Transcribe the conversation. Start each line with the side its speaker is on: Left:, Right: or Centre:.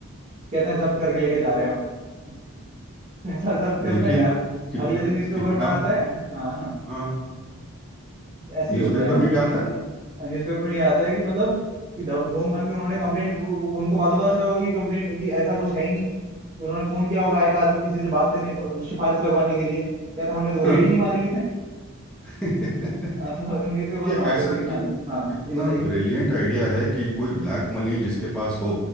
Right: कहते हैं जब्त करके लेके जा रहे हैं हम <laughs> पैसा जब्त करते
Centre: देखिए
Right: हैं गायब
Centre: कितना
Right: अगले दिन न्यूज़पेपर
Centre: कितना
Right: में आता है <laughs> हाँ
Centre: हाँ
Right: ऐसे
Centre: न्यूज़पेपर
Right: ही होता है यहाँ
Centre: में
Right: पे।
Centre: क्या आता है
Right: न्यूज़पेपर में ये आता है कि मतलब कि ढो- ढोंग बन के उन्होंने कंप्लेंट उनको बाद में पता चला होगा कि कंप्लेंट कि ऐसा कुछ है ही नहीं कि उन्होंने फोन किया होगा एक आदमी किसी से बात करने फ- सिफारिश लगवाने के लिए क्या था हमने तो
Centre: <laughs>
Right: रेडी नहीं मारी है <laughs>
Centre: देखिए
Right: हाँ, तो न्यूज़पेपर में आते
Centre: ऐसा
Right: पूरी
Centre: कित,
Right: कहानी हाँ
Centre: कितना
Right: जी बताइए
Centre: ब्रिलियंट आइडिया है कि कोई ब्लैक मनी जिसके पास हो